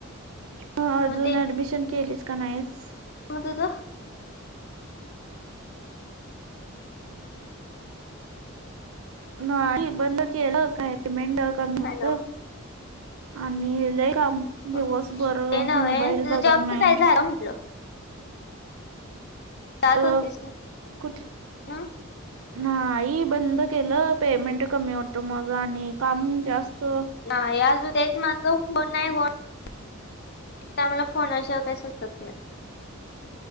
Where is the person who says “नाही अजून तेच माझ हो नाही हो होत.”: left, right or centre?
Left